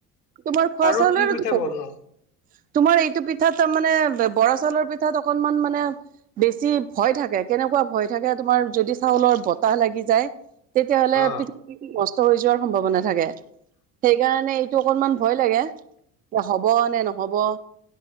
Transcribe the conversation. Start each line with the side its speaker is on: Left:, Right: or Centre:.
Right: তোমাৰ খোৱা
Left: আৰু
Right: চোৱা
Left: কি
Right: লৈও
Left: পিঠা
Right: টো বহুত-
Left: বনোৱা
Right: তোমাৰ এইটো পিঠাত তাৰ মানে বৰা চাউলৰ পিঠাত অকনমান মানে - বেছি ভয় থাকে কেনেকুৱা ভয় থাকে তোমাৰ যদি চাউলৰ বতাহ লাগি যায় - তেতিয়া হ'লে
Left: অ
Right: পিঠা গুৰি খিনি নষ্ট হৈ যোৱাৰ সম্ভাৱনা থাকে। সেইকাৰণে- টো অকনমান ভয় লাগে, এ হ'ব নে নহ'ব।